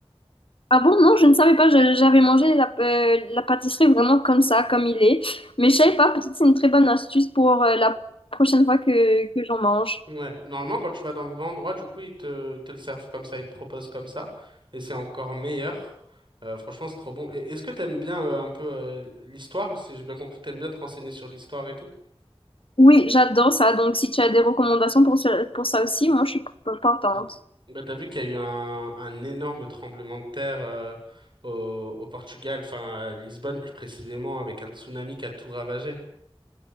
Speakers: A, on the left; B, on the right.
A: Ah bon, non, je ne savais pas, je- j'avais mangé la, euh, la pâtisserie vraiment comme ça, comme il est. Mais je savais pas, peut-être c'est une très bonne astuce pour euh, la prochaine fois que, que j'en mange.
B: Ouais, normalement, quand tu vas dans le vrai endroit, du coup, ils te, ils te le servent comme ça, ils te proposent comme ça, et c'est encore meilleur. Euh, franchement, c'est trop bon. Et est-ce que t'aimes bien euh, un peu euh, l'histoire? Si j'ai bien compris, t'aimes bien te renseigner sur l'histoire et tout?
A: Oui, j'adore ça, donc si tu as des recommandations pour, ce- pour ça aussi, moi je suis partante.
B: Mm. Bah, t'as vu qu'il y a eu un, un énorme tremblement de terre euh, au, au Portugal, enfin à Lisbonne plus précisément, avec un tsunami qui a tout ravagé.